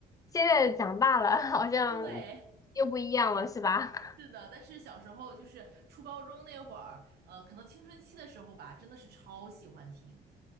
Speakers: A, on the left (about 20°); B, on the right (about 65°).
A: 现在长大了，好像又不一样了，
B: 对，
A: 是吧？<laughs>
B: 是的，但是小时候就是初高中那会儿，呃，可能青春期的时候吧，真的是超喜欢听。